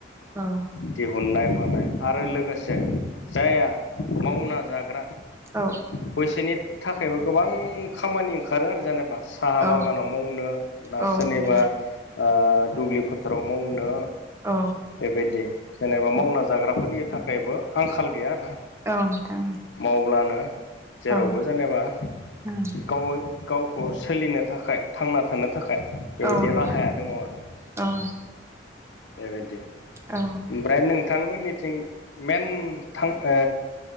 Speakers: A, on the right; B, on the left.
A: औ
B: दिहुननाय मानाय आरो लोगोसे जायहा मावना जाग्रा
A: औ
B: बैसोनि थाखायबो गोबां खामानि ओंखारो आरो जेनेबा साहा
A: औ
B: बागानाव मावनो ना
A: औ
B: सोरनिबा
A: नोंथां
B: ओ दुब्लि फोथाराव मावनो
A: औ
B: बेबायदि जेनेबा
A: औ
B: मावना जाग्राफोरनि थाखायबो आंखाल गैया रा
A: औ नोंथां
B: मावब्लानो जेरावबो
A: औ
B: जेनेबा
A: औ
B: गाव गावखौ सोलिनो थाखाय थांना थानो थाखाय बेबायदि
A: औ नोंथां
B: राहाया दङ आरो।
A: औ
B: बेबायदि
A: औ
B: ओमफ्राय नोंथांमोननिथिं मेन थां ओ